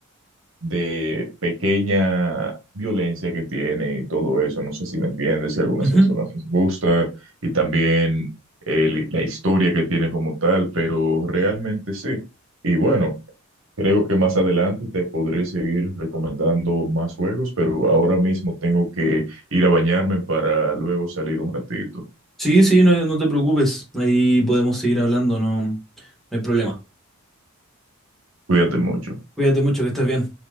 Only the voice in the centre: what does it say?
Ujú.
Sí, sí, no, no te preocupes. Ahí podemos seguir hablando, no, no hay problema.
Cuídate mucho, que estés bien.